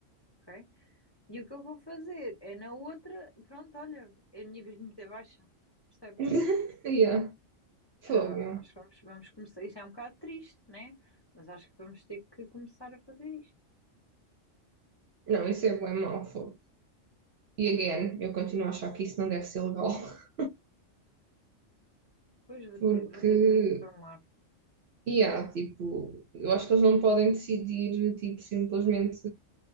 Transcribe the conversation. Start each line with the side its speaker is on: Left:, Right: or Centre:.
Left: ok? E o que eu vou fazer é na outra, pronto, olha, é a minha vez de meter baixa, percebes?
Right: <laughs> yeah. Fogo.
Left: Ah, acho que vamos, vamos começar, isto é um bocado triste, né? Mas acho que vamos ter que começar a fazer isto.
Right: Não, isso é bem mau, fogo. E again, eu continuo a achar que isso não deve ser legal. <laughs>
Left: Pois vou
Right: Porque,
Left: ter, vou ter que me informar.
Right: yeah, tipo, eu acho que eles não podem decidir, tipo, simplesmente.